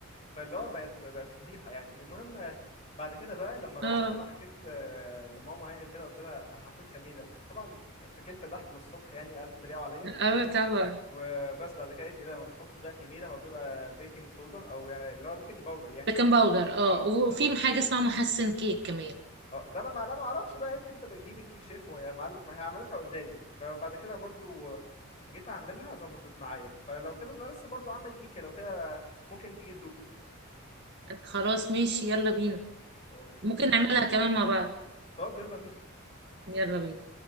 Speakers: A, on the left (about 30°); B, on the right (about 55°).
A: فاللي هو بقت بقت فضيحه يعني المهم بعد كده بقى لما روحت
B: اه
A: بقى حكيت ل- لماما يعني وكده قلت لها انا حطيت خميره فطبعا اتكلت ضحك للصبح يعني قعدت تريقوا عليا
B: اه طبعا
A: وبس بعد كده قالت لي لا ما بتحطش بقى خميره هو بيبقى بيكنج صودا او يعني اللي هو بيكنج باودر يعني
B: بيكنج باودر اه
A: اه
B: وفي
A: ب...
B: حاجه اسمها محسن كيك كمان
A: اه ده انا ما لا ما اعرفش بقى قالت لي انت بتجيب الكيك شيف ويا معلم وهي عملتها قدامي فبعد كده برضو جيت اعملها ظبطت معايا فلو كده انا لسه برضو عامل كيكه لو كده ممكن تيجي تدوقي
B: خلاص ماشي يلا بينا
A: اوكي
B: ممكن نعملها كمان مع بعض
A: طب يلا بينا
B: يلا بينا